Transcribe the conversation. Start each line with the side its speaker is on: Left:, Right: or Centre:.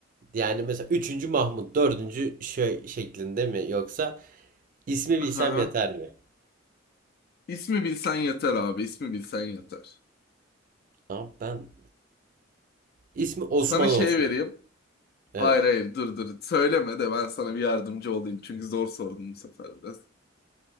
Right: Yani mesela üçüncü Mahmut, dördüncü şey şeklinde mi yoksa ismi bilsem
Left: Aha.
Right: yeter mi?
Left: İsmi bilsen yeter abi. ismi bilsen yeter.
Right: Abi ben ismi Osman
Left: Sana şey
Right: olsun.
Left: vereyim.
Right: Evet.
Left: Hayır hayır dur dur. Söyleme de ben sana bir yardımcı olayım. Çünkü zor sordum bu sefer biraz.